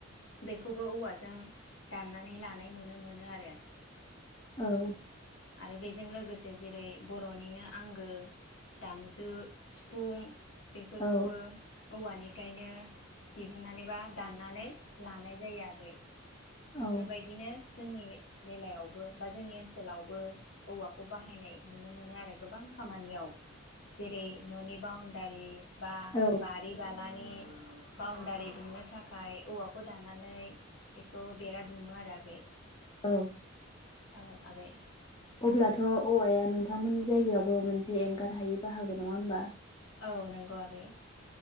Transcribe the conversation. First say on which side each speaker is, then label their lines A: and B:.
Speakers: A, on the left (about 65°); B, on the left (about 25°).
A: बेखौबो औवाजों दाननानै लानाय नुनो मोनो आरो
B: औ
A: आरो बेजों लोगोसे जेरै बर'निनो आंगो दामजु सिफुं बेफोरखौबो
B: औ
A: औवानिफ्रायनो दिहुनन्नानै बा दाननानै लानाय जायो आगै
B: औ
A: बेफोरबायदिनो जोंनि बेलायावबो बा जोंनि ओनसोलावबो औवाखौ बाहायनाय नुनो मोनो आरो गोबां खामानियाव जेरै न'नि बाउनडारि बा
B: औ
A: बारि बालानि बाउणडारि दुमनो थाखाय औवाखौ दानानै खौ बेरा दुमो आरो आगै
B: औ
A: औ आगै
B: अब्लाथ' औवाया नोंथांमोननि जायगायावबो मोनसे एंगार हायि बाहागो नङा होमबा
A: औ नंगौ आगै